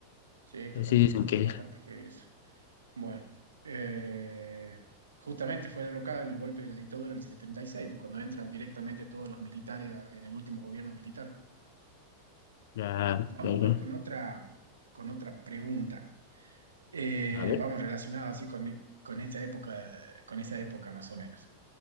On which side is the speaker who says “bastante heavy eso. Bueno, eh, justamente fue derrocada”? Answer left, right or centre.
Right